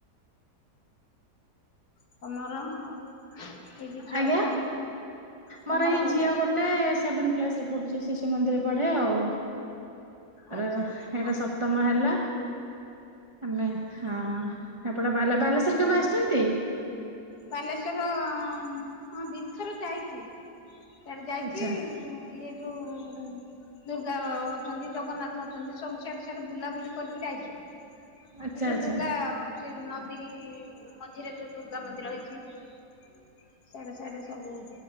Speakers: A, on the left; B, on the right.
A: ତମର ଆଉ କି କି ଛୁଆ
B: ଆଜ୍ଞା
A: ପିଲା ତମର
B: ମୋର ଏଇ ଝିଅ ଗୋଟେ ସେଭେନ କ୍ସରେ ପଢୁଛି ଶିଶୁ ମନ୍ଦିର ପଢେ ଆଉ। ତାର
A: ଆଚ୍ଛା
B: ଏଇଟା
A: ହୁଁ।
B: ସପ୍ତମ ହେଲା। ଆମେ ହଁ ଏପଣ ବା ବାଲେଶ୍ଵର କେବେ ଆସୁଛନ୍ତି?
A: ବାଲେଶ୍ଵର ହଁ ଦିଥର ଯାଇଛି ସେଟ ଯାଇଛି
B: ଆଚ୍ଛା
A: ହ ଇଏ ଯୋଉ ଦୁର୍ଗା ଅଛନ୍ତି ଜଗନ୍ନାଥ ଅଛନ୍ତି ସବୁ ସିଆଡେ ସିଆଡେ ବୁଲାବୁଲି କରିକି ଯାଇଛୁ
B: ଆଚ୍ଛା
A: ଏଇ ଯୋଉ
B: ଆଚ୍ଛା
A: ଦୁର୍ଗା ସେ ନଦୀକି ମଝିରେ ଯୋଉ ଦୁର୍ଗା ମନ୍ଦିର ଏଇ ସାଡେ ସାଡେ ସବୁୁ